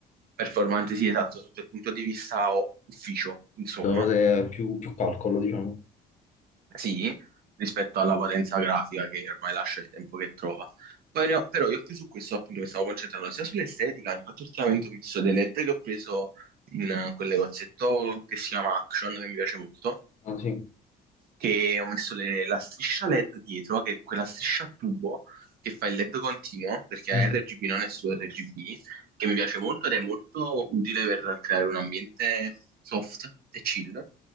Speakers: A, on the right (about 65°); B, on the left (about 45°).
A: performante, sì, esatto, sotto il punto di vista o- ufficio, insomma.
B: Devo avere più, più calcolo, diciamo.
A: Sì, rispetto alla potenza grafica che ormai lascia il tempo che trova. Poi ne ho- però io più su questo appunto mi stavo concentrando sia sull'estetica, infatti ultimamente ho messo dei LED che ho preso in eh, quel negozietto che si chiama Action, che mi piace molto,
B: Ah, sì.
A: che ho messo le- la striscia LED dietro, che è quella striscia a tubo che fa il LED continuo, perché
B: Mm.
A: è RGB, non è solo RGB, che mi piace molto ed è molto utile per creare un ambiente soft e chill.